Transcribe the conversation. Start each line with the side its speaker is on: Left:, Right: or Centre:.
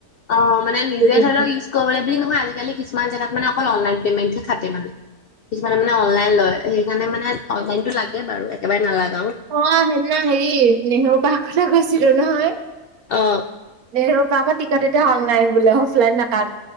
Left: অ মানে নিজে
Right: এ টি
Left: ধৰি
Right: এমটো।
Left: লওক ইউছ কৰিবলৈ <unintelligible> আজিকালি কিছুমান জেগাত মানে অকল অনলাইন পেমেটহে খাটে মানে। কিছুমানে মানে অনলাইন লয়। সেই সেইকাৰণে মানে অনলাইনটো লাগে বাৰু। একেবাৰে নালাগ
Right: অ' সেইদিনা হেৰি, নেহেৰু পা কথা কৈছিলোঁ নহয়?
Left: অ'।
Right: নেহৰু পাৰ্কৰ টিকট এতিয়া অনলাইন বোলে, অফলাইন নাকা